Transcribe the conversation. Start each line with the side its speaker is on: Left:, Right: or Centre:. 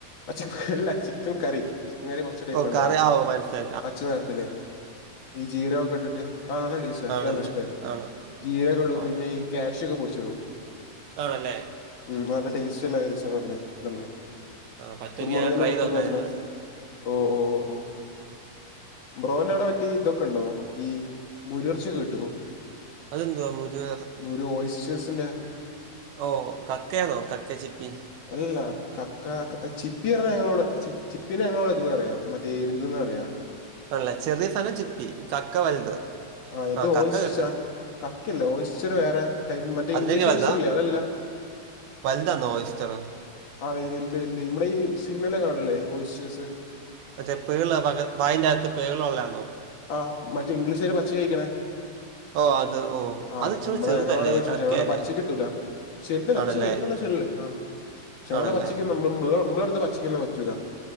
Left: പച്ചക്കല്ല ചിക്കൻ കറി. ചിക്കൻ കറി പച്ചടൈപ്പ
Right: ഓ
Left: ഉണ്ടാവ.
Right: കറി ആ ഓ മനസ്സി
Left: പച്ച നിറത്തില്. ഈ ജീരകൊക്കെ ഇട്ടിട്ട്. ആ നല്ല ടേസ്റ്റാ എനിക്ക്
Right: ആണല്ലേ
Left: ഇഷ്ട
Right: ആണോ
Left: ജീരകടും
Right: ഓ
Left: പിന്നെ. ക്യാഷ് ഒക്കെ പടിച്ചിടും.
Right: ആണല്ലേ.
Left: ഉം അഹ് നല്ല ടേസ്റ്റില്ലെ ദശബല്ലേ ദല്ലേ
Right: ആ പറ്റുമെങ്കിൽ
Left: കുരുമുളകിന്റെ
Right: ട്രൈ
Left: ഊത്തൊക്കെ
Right: നോക്കാം
Left: വര്ണേ
Right: ഞങ്ങൾ
Left: ഓ ഓ ഓ ബ്രോൻടവടെ മറ്റേ ഇതൊക്കെ ഉണ്ടോ ഈ മുരിഎർച്ചി കിട്ടോ.
Right: അതെന്തുവാ മുരുക
Left: ഒര് ഓയിസ്റ്റഴസിന്റെ.
Right: ഓഹ് കക്കയാണോ കക്ക ചിപ്പി.
Left: അല്ലാ കക്ക ചിപ്പി പറഞ്ഞ ഞങ്ങളോട് ചിപ്പിനെ ഞങ്ങളോട് എത്തന്ന്റിയോ. മറ്റേ എരുന്തന്ന പറയ.
Right: ആണല്ല ചെറിയ സാധനം ചിപ്പി കക്ക വലുത്.
Left: ആഹ് ഇത് വോയിസ്.
Right: കക്ക കിട്ടും
Left: കക്കല്ല ഓയ്സ്റ്റർ വേറെ ടൈം മറ്റേ
Right: അതിലേക്ക്
Left: ഇംഗ്ലീഷ്
Right: വലുതാ
Left: ഓയിസ്റ്ററല്ലേ അതല്ല
Right: വലുതാന്നോ ഇസ്റ്റർ
Left: ആഹ് അതെ ഈ വൽദ് വൽദ് മ്മളെ ഈ സിമ്മിലെ കാണല്ലേ ഓയിസ്യൂസ്
Right: മറ്റേ പേളെ ബാഗെ വായിന്റെ അഹത്ത് പേള് ഉള്ളെയാന്നോ
Left: ആഹ് മറ്റേ ഇംഗ്ലീഷാര് പച്ചേ കഴിക്ക്ണേ
Right: ഓ അത് ഓ
Left: ആഹ്
Right: അത് ഇച്ചിരി
Left: നമ്മടെ
Right: ചെറുതല്ലേ
Left: ഞങ്ങളോടെ വിശേഷം
Right: കക്കയല്ലേ
Left: ഞങ്ങളോടെ പച്ചക്കിട്ടൂല ചെർതല്ല
Right: ആണല്ലേ
Left: അത്യാശ്യം വൽപ്പള്ള ഷെള്ള് ആഹ് ക്ഷെമള്ള
Right: ആണല്ലേ
Left: പച്ചിക മ് മ്പമ്പ് മ്പളെ അടുത്തെ പച്ചിക്കൊന്നും പറ്റൂല